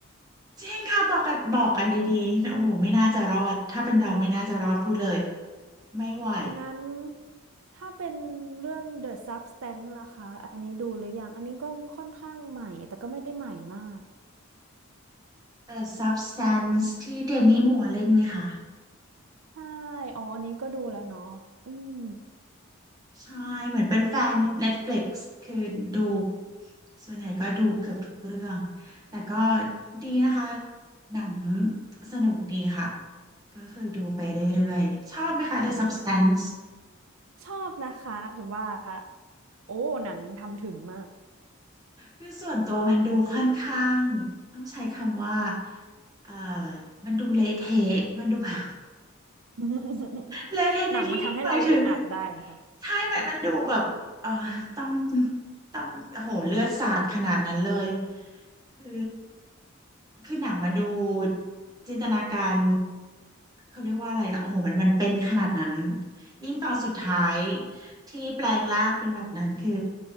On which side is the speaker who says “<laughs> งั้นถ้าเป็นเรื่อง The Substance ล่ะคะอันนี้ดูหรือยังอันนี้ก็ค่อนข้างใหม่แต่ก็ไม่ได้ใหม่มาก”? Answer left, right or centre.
Right